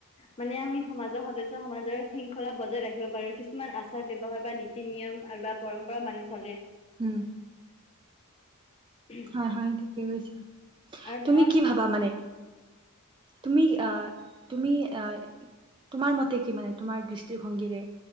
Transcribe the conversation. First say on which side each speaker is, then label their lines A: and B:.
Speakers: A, on the left (about 25°); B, on the right (about 20°).
A: মানে আমি সমাজৰ সদস্য সমাজৰ শৃংখলা বজাই ৰাখিব পাৰোঁ! কিছুমান আচাৰ ব্যৱহাৰ বা নীতি নিয়ম আৰু বা পৰম্পৰা মানি চলে!
B: উম!
A: <unintelligible>
B: হয়, হয়! ঠিকেই কৈছা!
A: আৰু
B: তুমি
A: তোমাৰ
B: কি ভাবা মানে? তুমি আ, তুমি আ তোমাৰ মতে কি মানে, তোমাৰ দৃষ্টিভঙ্গীৰে?